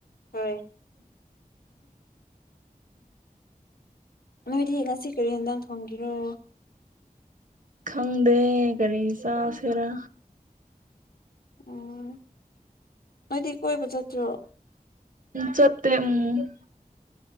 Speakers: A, on the left; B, on the right.
A: ꯍꯣꯏ ꯅꯣꯏꯗꯤ ꯉꯁꯤ ꯀꯔꯤ ꯍꯦꯟꯖꯥꯡ ꯊꯣꯡꯒꯤꯔꯣ
B: ꯈꯪꯗꯦ ꯀꯔꯤ ꯆꯥꯥꯁꯦꯔ
A: ꯑꯣ ꯅꯣꯏꯗꯤ ꯀꯣꯏꯕ ꯆꯠꯇ꯭ꯔꯣ
B: ꯎꯝ ꯆꯠꯇꯦ ꯎꯝ